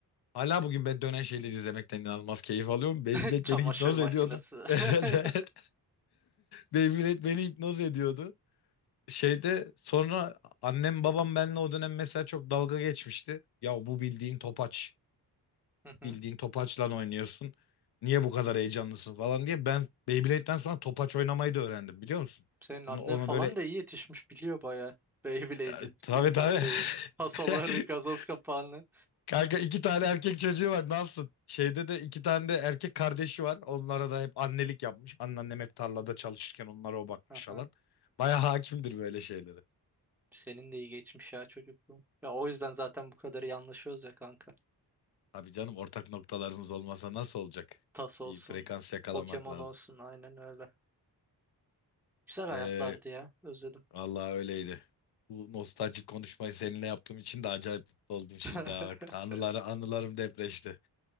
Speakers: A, on the left (about 70°); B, in the centre.
A: hala bugün ben dönen şeyleri izlemekten inanılmaz keyif alıyorum. Beyblade
B: <laughs> Çamaşır
A: beni hipnoz
B: makinesi.
A: ediyordu. <laughs>
B: <laughs>
A: Evet evet. Beyblade beni hipnoz ediyordu. şeyde sonra annem babam benle o dönem mesela çok dalga geçmişti. Ya bu bildiğin topaç.
B: Hı hı.
A: Bildiğin topaçla oynuyorsun. Niye bu kadar heyecanlısın falan diye. Ben Beyblade'den sonra topaç oynamayı da öğrendim biliyor musun?
B: Senin annen
A: Bunu onu
B: falan
A: böyle
B: da iyi yetişmiş biliyor baya. Beyblade'i
A: e, tabii
B: bilmem
A: tabii.
B: neyi. Fasolları,
A: <laughs>
B: gazoz kapağını.
A: Kanka iki tane erkek çocuğu var ne yapsın? Şeyde de iki tane de erkek kardeşi var. Onlara da hep annelik yapmış. Anneannem hep tarlada çalışırken onlara o bakmış
B: Aha.
A: falan. Baya hakimdir böyle şeylere.
B: Senin de iyi geçmiş ya çocukluğum. Ya o yüzden zaten bu kadar iyi anlaşıyoruz ya kanka.
A: Abi canım ortak noktalarımız olmasa nasıl olacak?
B: Tas olsun,
A: Bir frekans yakalamak
B: Pokemon
A: lazım.
B: olsun aynen öyle. Güzel hayatlardı
A: Ee,
B: ya. Özledim.
A: vallahi öyleydi. Bu nostaljik konuşmayı seninle yaptığım için de acayip mutlu oldum şimdi.
B: <laughs>
A: ha. Anıları, anılarım depreşti.